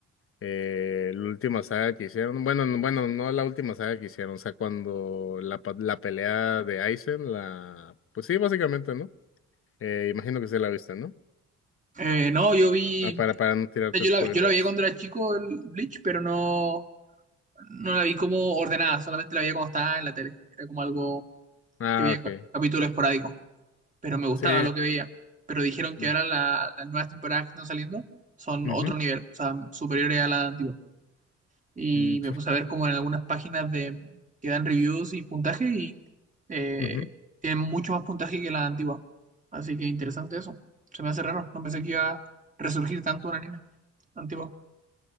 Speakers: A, on the left; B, on the right.
A: eh, la última saga que hicieron. Bueno, no- bueno, no la última saga que hicieron, o sea, cuando la, pa- la pelea de Aizen, la, pues sí, básicamente, ¿no? Eh, imagino que sí la viste, ¿no?
B: Eh, no, yo vi,
A: Ah,
B: o
A: para, para no tirarte
B: sea, yo
A: spoilers.
B: la, yo la vi cuando era chico el Bleach, pero no, no la vi como ordenada, solamente la veía cuando estaba en la tele. Era como algo
A: Ah,
B: que veía
A: ok.
B: ca- capítulo esporádico. pero me gustaba
A: Sí.
B: lo que veía. Pero dijeron que
A: Mm,
B: ahora la- las nuevas temporadas que están saliendo son
A: Ujú.
B: otro nivel, o sea, superiores a la antigua. Y
A: Mm,
B: me puse a ver como en algunas páginas de, que dan reviews y puntaje y eh,
A: <laughs> ujú.
B: tienen mucho más puntaje que la antigua. Así que interesante eso. Se me hace raro, no pensé que iba a resurgir tanto un anime antiguo